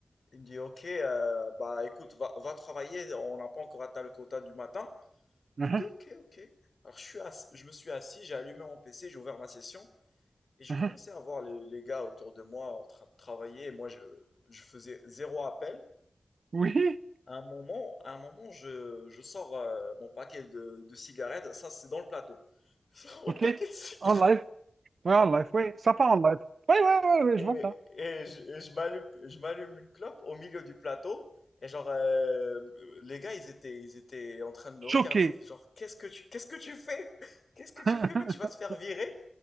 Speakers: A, on the left; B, on the right.
A: Il me dit, ok, euh, bah écoute, va, va travailler, on n'a pas encore atteint le quota du matin.
B: Mhm,
A: Je lui dis, ok, ok. Alors je suis ass- je me suis assis, j'ai allumé mon PC, j'ai ouvert ma session, et j'ai
B: mhm.
A: commencé à voir les, les gars autour de moi en train de travailler, et moi je, je faisais zéro appel.
B: Oui,
A: À un moment, à un moment, je, je sors euh, mon paquet de, de cigarettes. Ça, c'est dans le plateau. <laughs> Je sors Mon
B: ok.
A: paquet de cigarettes.
B: En live. Ouais, en live, oui, ça part en live. Oui, oui, oui, oui,
A: Et,
B: je vois ça.
A: et je, et je m'allume, je m'allume une clope au milieu du plateau. Et genre, euh, les gars, ils étaient, ils étaient en train de me regarder.
B: Choqué.
A: Genre, qu'est-ce que tu, qu'est-ce que tu fais? Qu'est-ce que
B: <laughs>
A: tu fais, mec? Tu vas te faire virer.